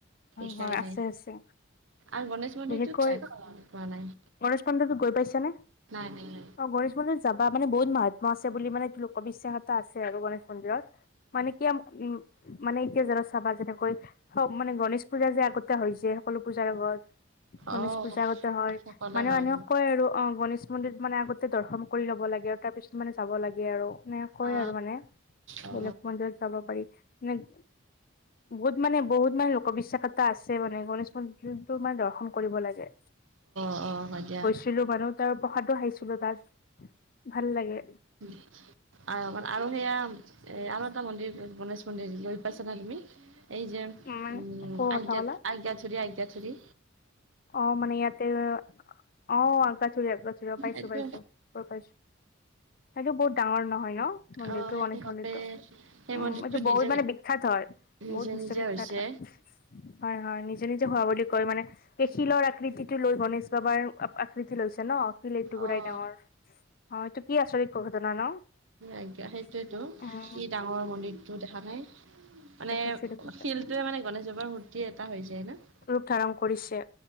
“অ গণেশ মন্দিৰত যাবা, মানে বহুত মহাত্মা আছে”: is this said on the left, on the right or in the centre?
Left